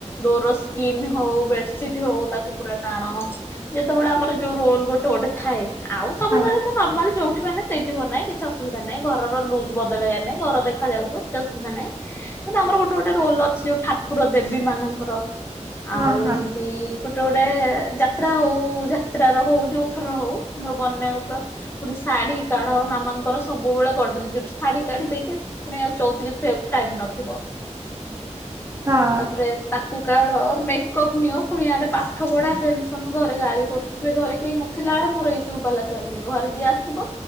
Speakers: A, on the left (about 20°); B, on the right (about 25°).
A: ଡୋର ସ୍କ୍ରିନ୍ ହଉ ବେଡସିଟ ହଉ ତାକୁ ପୁରା ଟାଣ। ଯେତେବେଳେ ଆମର ଯୋଉ ରୋଲ ଗୋଟେ ଗୋଟେ ଥାଏ ଆଉ ସବୁବେଳେ
B: ହଁ।
A: ମୁଁ ନର୍ମାଲି ଯୋଉଠି ମାନେ ସେଇଠି ବନାଏ କିଛି ଅସୁବିଧା ନାଇଁ ଘର ଲୁକ୍ ବଦଳାଏ ନାଇଁ ଘର ଦେଖାଯାଉଥିବ କି ଧ ନାଇଁ ଆମର ଗୋଟେ ଗୋଟେ ରୋଲ ଅଛି ଯୋଉ ଠାକୁର ଦେବୀ ମାନଙ୍କର ଆଉ
B: ହଁ ହଁ
A: ଏମିତି ଗୋଟେ ଗୋଟେ ଯାତ୍ରା ହଉ ଯାତ୍ର ର ହଉ ଯୋଉ ଥରର ହଉ ମୋର ବନଉ ପର ପୁଣି ଶାଢୀ କାଢ ମାମାଙ୍କର ସବୁବେଳେ ଗଡ୍ରେଜରୁ ଶାଢୀ କାଢି ଦେଇକି ପୁଣି ଆଉ ଚଉଦି ଟାଇମ ନଥିବ
B: ହଁ
A: ତାପରେ ତାକୁ କାଢ଼ ମେକଅପ୍ ନିଅ ପୁଣିଆଡେ ପାଠ ପଢା ଟେନସନ ଘରେ ଗାଳି କରୁ ଏବେ ଘରେ କେହି ନଥିଲା ବେଳେ ମୋର ଏଇ ସବୁ ପାଲା ଚାଲିବ ଘରେ ଯିଏ ଆସିବ